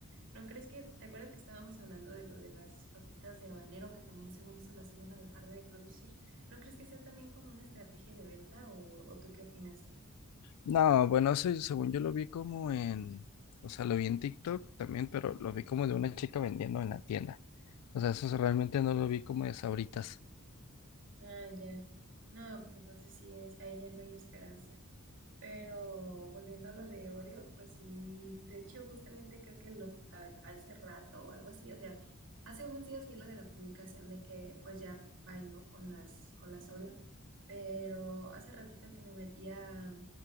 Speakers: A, on the right (about 60°); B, on the left (about 90°).
A: ¿no crees que, te acuerdas que estábamos hablando de lo de las papitas de habanero, que también según eso las iban a dejar de producir? ¿No crees que sea también como una estrategia de venta o, o tú qué opinas?
B: No, bueno, eso yo- según yo lo vi como en, o sea, lo vi en TikTok también, pero lo vi como de una chica vendiendo en la tienda. O sea, eso realmente no lo vi como de sabritas.
A: Ah, ya. No, pues entonces sí, es- ahí ya no hay esperanza. Pero volviendo a lo de Oreo, pues sí, de hecho justamente creo que lo, a- hace rato o algo así, o sea, hace unos días vi lo de la publicación de que pues ya bailó con las, con las Oreo, pero hace ratito que me metí a,